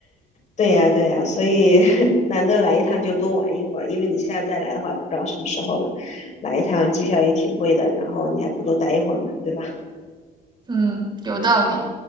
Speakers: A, on the left; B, on the right.
A: 对呀，对呀，所以 <laughs> 难得来一趟就多玩一会儿，因为你现在再来的话，不知道什么时候了。来一趟机票也挺贵的，然后你还不多待一会儿嘛，对吧？
B: 嗯，有道理，